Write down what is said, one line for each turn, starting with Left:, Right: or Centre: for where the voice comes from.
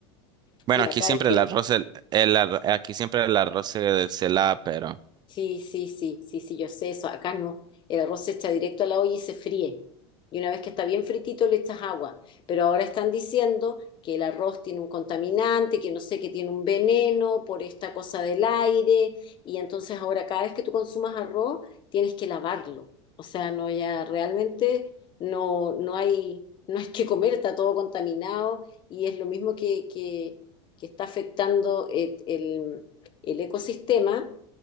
Left: Sí,
Right: Bueno, aquí
Left: acá
Right: siempre
Left: dijeron,
Right: el arroz, el, el ar- aquí siempre el arroz se, se lava, pero
Left: Sí, sí, sí, sí, sí, yo sé eso. Acá no. El arroz se echa directo a la olla y se fríe. Y una vez que está bien fritito le echas agua. Pero ahora están diciendo que el arroz tiene un contaminante, que no sé, que tiene un veneno por esta cosa del aire. Y entonces ahora cada vez que tú consumas arroz tienes que lavarlo. O sea, no, ya realmente no, no hay, no hay que comer, está todo contaminado. Y es lo mismo que, que, que está afectando el el- el ecosistema